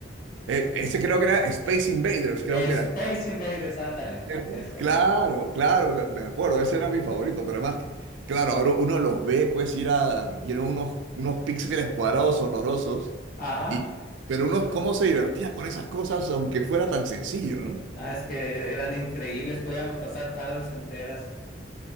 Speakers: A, on the right; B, on the left.
A: Eh, ese creo que era Space Invaders, creo
B: Space
A: que era,
B: Invaders, ándale,
A: ¿Cierto?
B: ese.
A: Claro, claro, me acuerdo, ese era mi favorito, pero además, claro, ahora uno los ve, pues, ir a, y eran unos, unos píxeles cuadrados horrorosos,
B: Ajá.
A: y, pero uno cómo se divertía con esas cosas, aunque fuera tan sencillo, ¿no?
B: Ah, es que eran increíbles, podíamos pasar tardes enteras.